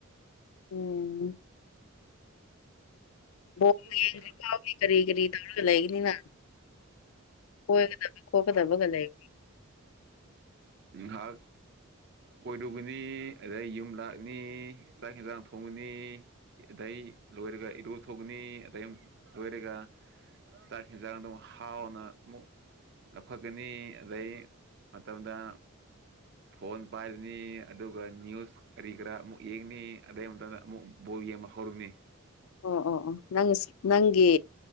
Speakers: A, on the left; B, on the right.
A: ꯎꯝ ꯕꯣꯜ
B: ꯑꯗꯨ
A: ꯌꯦꯡꯗ꯭ꯔꯤ
B: ꯀ
A: ꯐꯥꯎꯗꯤ ꯀꯔꯤ ꯀꯔꯤ ꯇꯧꯔꯒ ꯂꯩꯒꯅꯤꯅ ꯀꯣꯏꯒꯗꯕ ꯈꯣꯠꯀꯗꯕꯒ ꯂꯩ
B: ꯍꯥ ꯀꯣꯏꯔꯨꯕꯅꯤ ꯑꯗꯩ ꯌꯨꯝ ꯂꯥꯛꯅꯤ ꯆꯥꯛ ꯍꯟꯁꯥꯡ ꯊꯣꯡꯉꯅꯤ ꯑꯗꯩ ꯂꯣꯏꯔꯒ ꯏꯔꯨ ꯊꯣꯛꯅꯤ ꯑ ꯂꯣꯏꯔꯒ ꯆꯥꯛ ꯍꯟꯖꯥꯡꯗ ꯑꯃꯨꯛ ꯍꯥꯎꯅ ꯑꯃꯨꯛ ꯂꯧꯈꯠꯀꯅꯤ ꯑꯗꯩ ꯃ ꯑꯣꯗ ꯐꯣꯟ ꯄꯥꯏꯔꯤꯅꯤ ꯑꯗꯨꯒ ꯅ꯭ꯌꯨꯁ ꯀꯔꯤ ꯀꯔꯥ ꯑꯃꯨꯛ ꯌꯦꯡꯅꯤ ꯑꯗꯩꯗ ꯑꯃꯨꯛ ꯍꯔꯅꯤ
A: ꯑꯣ ꯑꯣ ꯑꯣ ꯅꯪ ꯅꯪꯒꯤ